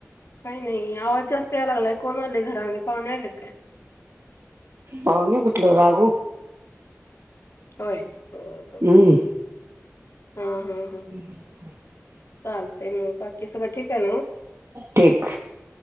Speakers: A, on the left; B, on the right.
A: काही नाही आवाज जास्त यायला लागलाय कोण आले घरामध्ये पाहुणे आले काय?
B: पाहूंणे कुठले रागू.
A: होय ब ब
B: हम्म
A: ह
B: <inaudible>
A: ह! चालतय म बाकी सगळं ठीक आहे ना म.
B: ठीक